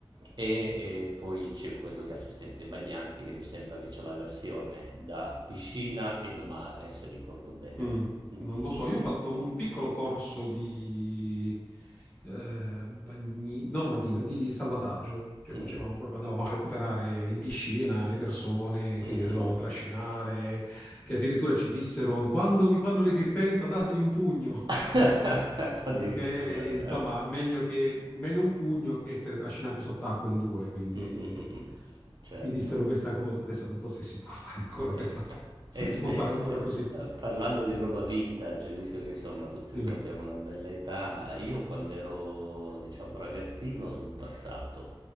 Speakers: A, on the right; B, on the left.
A: e e poi c'è quello di assistente bagnanti che mi sembra che c'ha la versione da piscina e da mare, se ricordo bene.
B: Mm,
A: Mh-mh.
B: non lo so, io ho fatto un piccolo corso di eh, bagni- no, bagnino, di salvataggio, cioè
A: Mh.
B: facevamo proprio, andavamo a recuperare in piscina le persone, quindi
A: Mh-mh.
B: le dovevamo trascinare, che addirittura ci dissero, quando vi fanno resistenza, dategli un pugno.
A: <laughs>
B: <laughs>
A: Addirittura,
B: Perché,
A: eh.
B: insomma, meglio che, meglio un pugno che essere trascinati sott'acqua in due, quindi
A: Mh, mh, mh, mh. Certo.
B: mi dissero questa cosa. Adesso non so se si può fare ancora
A: E,
B: questa, se
A: e invece,
B: si può fare ancora così.
A: eh, parlando di roba vintage, visto che insomma tutti
B: Dimmi.
A: e due abbiamo una bella età, io quando ero, diciamo, ragazzino sono passato